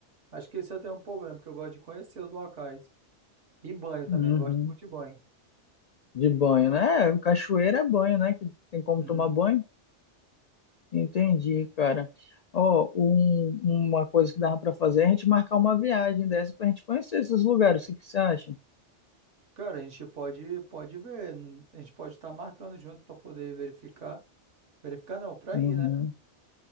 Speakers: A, on the right (about 75°); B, on the left (about 80°).
A: Acho que esse até é um problema, porque eu gosto de conhecer os locais. E banho também,
B: uhum.
A: gosto muito de banho.
B: De banho, né? É, Cachoeira é banho, né? Que tem como
A: Uhum.
B: tomar banho. Entendi, cara. Ó, um- uma coisa que dava para fazer é a gente marcar uma viagem dessa para a gente conhecer esses lugares. O que que você acha?
A: Cara, a gente pode, pode ver, n- a gente pode estar marcando junto para poder verificar. Verificar não, para
B: Uhum.
A: ir, né?